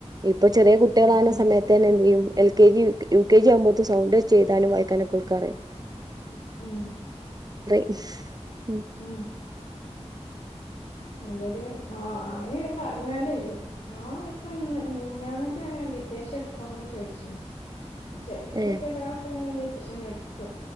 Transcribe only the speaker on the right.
ഇപ്പൊ ചെറിയ കുട്ടികള
ആണ
സമയത്ത് തന്നെ എന്ത് ചെയ്യും L K G U K G ആവുമ്പോത് ന് സൗണ്ട് വെച്ചെയ്താനും വായ്ക്കാനും ഓൾക്ക് അറിം
ഉ്
ഏഹ്